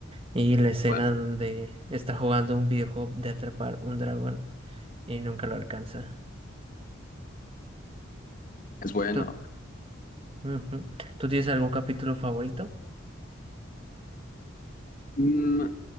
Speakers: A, on the right; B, on the left.
A: Y la escena
B: Bueno,
A: donde está jugando un videojuego de atrapar un dragón y nunca lo alcanza.
B: es bueno.
A: ¿Tú, Ujú. ¿Tú tienes algún capítulo favorito?
B: Mm,